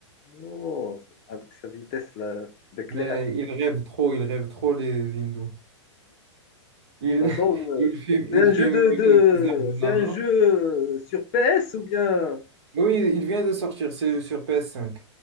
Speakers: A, on the left; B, on the right.
A: Oh, avec sa vitesse là, d'éclair,
B: Mais il rêve trop, il rêve trop les hindous. Il,
A: ça semble.
B: <laughs>
A: euh,
B: il filme, il
A: C'est un jeu
B: filme
A: de,
B: quelques
A: de...
B: heures
A: C'est
B: là-bas.
A: un jeu euh, sur PS ou bien
B: Oui, il vient de sortir, c'est sur ps cinq.